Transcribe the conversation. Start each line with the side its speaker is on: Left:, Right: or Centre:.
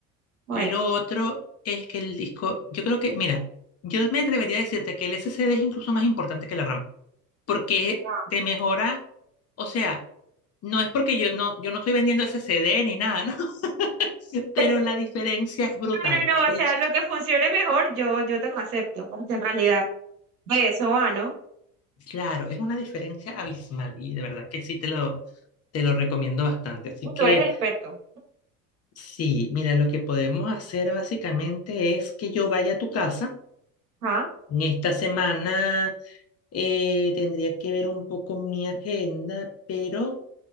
Right: Bueno.
Left: Y lo otro es que el disco, yo creo que, mira, yo me atrevería a decirte que el SSD es incluso más importante que la RAM. porque
Right: Pero-
Left: te mejora, o sea, no es porque yo no, yo no estoy vendiendo ese CD ni nada, ¿no? <laughs> Pero
Right: <laughs>
Left: la diferencia es brutal.
Right: No, no, no,
Left: Es-
Right: o sea, lo que funcione mejor, yo, yo te lo acepto, porque en realidad de eso va, ¿no?
Left: claro, es una diferencia abismal y de verdad que sí te lo, te lo recomiendo bastante. Así que
Right: Tú eres el experto.
Left: sí, mira, lo que podemos hacer básicamente es que yo vaya a tu casa.
Right: ¿Ah?
Left: En esta semana eh, tendría que ver un poco mi agenda, pero